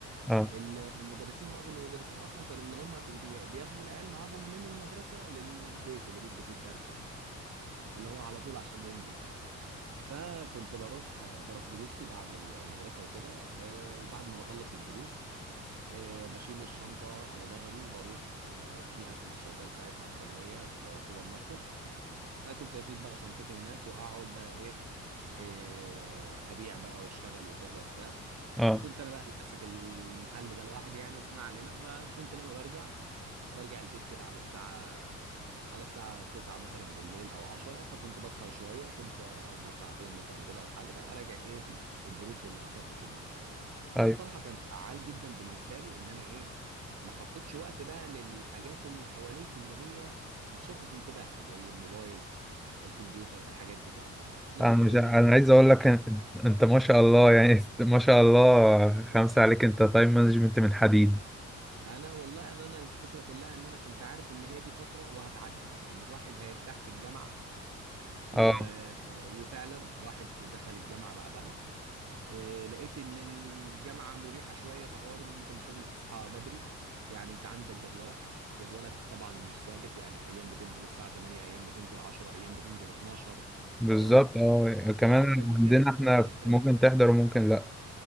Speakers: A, in the centre; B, on the right (about 60°).
A: اه
B: المدرسين معظم المدرسين اصلا كانوا اللي هم بي بي بياخدوا العيال معاهم من المدرسه للبيت اللي بيدوا فيه الدرس يعني اللي هو على طول عشان ينجز يعني فكنت بروح بروح دروسي بعد المدرسة وكده آه، وبعد ما بخلص الدروس آه، بشيل الشنطة على ظهري وبروح آه، فيها كنت شغال ساعتها في ثانوية في سوبر ماركت أنا كنت أسيب بقى شنطتي هناك وأقعد بقى إيه آه، أبيع بقى وأشتغل وكده وبتاع
A: اه
B: وكنت أنا بقى اللي ماسك المحل ده لوحدي يعني اسمع علينا فكنت لما برجع برجع البيت كده على الساعة على الساعة 9 مثلا بالليل أو 10 فكنت بسهر شوية كنت أسهر ساعتين مثلا كده ولا حاجة أراجع إيه الدروس واللي أخدته في اليوم ده
A: ايوه
B: بصراحة كان فعال جدا بالنسبة لي إن أنا إيه ما حطيتش وقت بقى للحاجات اللي حواليك اللي هي بتشتت انتباهك زي الموبايل الكمبيوتر الحاجات دي كده لا
A: انا
B: كان
A: مش
B: يومي
A: انا
B: عبارة-
A: عايز اقول لك أن- انت ما شاء الله يعني <laughs> ما شاء الله خمسة عليك انت تايم مانجمنت من حديد
B: انا والله انا انا الفكره كلها ان انا كنت عارف ان هي دي فتره وهتعدي وان الواحد هيرتاح في الجامعه و...
A: اه
B: وفعلا راحت دخل الجامعه بعدها آه، لقيت ان الجامعه مريحه شويه في حوار ان انت مش لازم تصحى بدري يعني انت عندك جدولك جدولك طبعا مش ثابت يعني ايام بتنزل الساعه 8 ايام بتنزل 10 ايام بتنزل 12
A: بالظبط
B: الجامعه
A: اه كمان
B: اه فدي كانت
A: عندنا احنا
B: كانت تريح
A: ممكن تحضر وممكن لا